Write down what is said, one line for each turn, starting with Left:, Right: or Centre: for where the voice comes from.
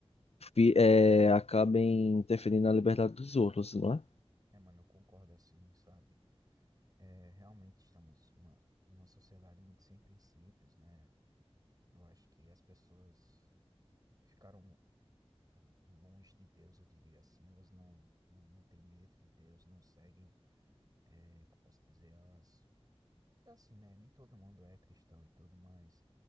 Left: fi- eh, acabem interferindo na liberdade dos outros, não é?
Right: É, mano, eu concordo assim, sabe? É, realmente estamos uma, numa sociedade muito sem princípios, né? Eu acho que as pessoas ficaram longe de Deus, eu diria assim. Elas não, não, não têm medo de Deus, não seguem, é, como posso dizer, as. Porque é assim, né? Nem todo mundo é cristão e tudo, mas